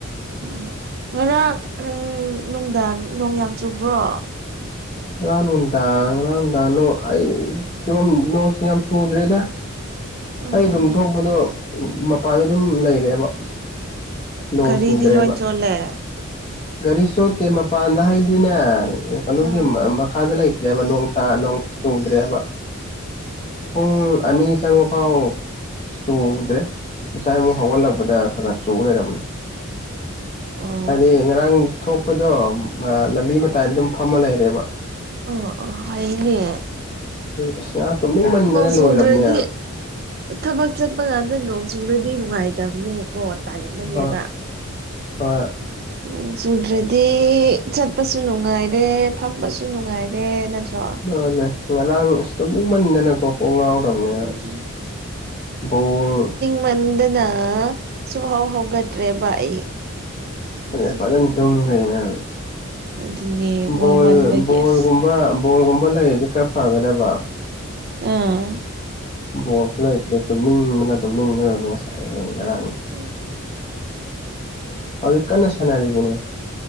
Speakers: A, on the right; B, on the left.
A: ꯎꯝ ꯉꯔꯥꯡ ꯎꯃ ꯅꯨꯡꯗꯥꯡ ꯅꯣꯡ ꯌꯥꯝ ꯆꯨꯕ꯭ꯔꯣ
B: ꯉꯔꯥꯡ ꯅꯨꯡꯗꯥꯡ ꯉꯔꯥꯡ ꯅꯨꯡꯗꯥꯡ ꯅꫭꯡ ꯑꯩ ꯅꯣꯁꯤ ꯌꯥꯝ ꯆꯨꯗ꯭ꯔꯦꯗ
A: ꯎꯝ
B: ꯑꯩ ꯑꯗꯨꯝ ꯊꯣꯛꯄꯗꯣ ꯃꯄꯥꯟꯗ ꯑꯗꯨꯝ ꯂꯩꯔꯦꯕ ꯅꯣꯡ
A: ꯒꯥꯔꯤꯗꯤ
B: ꯆꯨꯗ꯭ꯔꯦꯕ
A: ꯂꯣꯏ ꯆꯣꯜꯂꯦ
B: ꯒꯥꯔꯤ ꯆꫭꯠꯇꯦ ꯃꯄꯥꯟꯗ ꯍꯥꯏꯗꯤꯅꯦ ꯀꯩꯅꯣꯒꯤ
A: ꯑꯣ
B: ꯃꯈꯥꯗ ꯂꯩ ꯆꯦꯕ ꯅꯣꯡ ꯇꯥ ꯅꫭꯡ ꯆꯨꯗ꯭ꯔꯦꯕ ꯄꯨꯡ ꯑꯅꯤ ꯆꯪꯉꯨ ꯑꯥꯎ ꯆꯨꯗ꯭ꯔꯦ ꯉꯁꯥꯏ ꯑꯃꯨꯛ ꯍꯧꯒꯠꯂꯛꯄꯗ ꯈꯔ ꯈꯔ ꯆꯨ ꯂꯩꯔꯝꯃꯦ
A: ꯑꯣ
B: ꯍꯥꯏꯗꯤ ꯉꯔꯥꯡ ꯊꯣꯛꯄꯗꯣ ꯃ ꯂꯝꯕꯤ ꯃꯇꯥꯏ ꯑꯗꯨꯝ ꯐꯝꯃ ꯂꯩꯔꯦꯕ
A: ꯑꯣ ꯑꯣ ꯍꯥꯏꯅꯦ
B: ꯑꯁ ꯉꯥꯏꯥꯛ ꯇꯨꯃꯅꯤꯡ ꯃꯟꯗꯅ
A: ꯆꯨꯗ꯭ꯔꯗꯤ
B: ꯂꯣꯏꯔꯕꯅꯦ
A: ꯊꯕꯛ ꯆꯠꯄ ꯀꯥꯟꯗ ꯅꯣꯡ ꯆꯨꯔꯗꯤ ꯅꯨꯡꯉꯥꯏꯇꯕꯅꯦꯀꯣ ꯇꯥꯟꯕꯅꯦꯕ
B: ꯍꯣꯏ ꯍꯣꯏ
A: ꯅꯣꯡ ꯆꯨꯗ꯭ꯔꯗꯤ ꯆꯠꯄꯁꯨ ꯅꯨꯡꯉꯥꯏꯔꯦ ꯐꯝꯕꯁꯨ ꯅꯨꯡꯉꯥꯏꯔꯦ ꯅꯠꯇ꯭ꯔꯣ
B: ꯃꯥꯅꯦ ꯉꯔꯥꯡ ꯑꯁꯗꯨꯝ ꯅꯤꯡꯤꯡꯃꯟꯗꯅꯀꯣ ꯀꫭꯛ ꯉꯥꯎꯔꯝꯅꯦ
A: ꯎꯝ
B: ꯑꯁ ꯕꫭꯜ
A: ꯃꯟꯗꯅ ꯁꯨꯍꯥꯎ ꯍꯧꯒꯠꯇ꯭ꯔꯦꯕ ꯑꯩ ꯍꯧꯖꯤꯛ
B: ꯑ ꯐꯖꯅꯥ
A: ꯈꯛꯇ
B: ꯇꯨꯝꯈ꯭ꯔꯦꯅ ꯅꯪ
A: ꯑꯗꯨꯅꯦ ꯋꯥꯃꯟꯕꯒꯤ
B: ꯕꯣꯜ ꯕꯣꯜꯒꯨꯝꯕ
A: ꯑꯁ
B: ꯕꯣꯜꯒꯨꯝꯕ ꯂꯩꯔꯗꯤ ꯈꯔ ꯐꯒꯗꯕ
A: ꯑꯥꯝ
B: ꯕꯣꯜꯁꯨ ꯂꯩꯇ꯭ꯔꯦ ꯇꯨꯝꯅꯤꯡꯕꯅ ꯇꯨꯝꯅꯤꯡꯕꯅ ꯉꯁꯥꯏ ꯉꯔꯥꯡꯒꯤ
A: ꯎꯝ
B: ꯍꯧꯖꯤꯛ ꯀꯟꯅ ꯁꯥꯟꯅꯔꯤꯕꯅꯦ